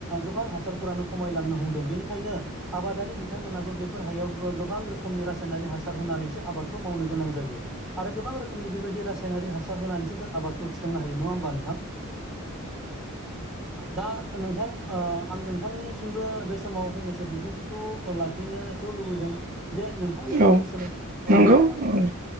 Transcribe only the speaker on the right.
औ
नंगौ
औ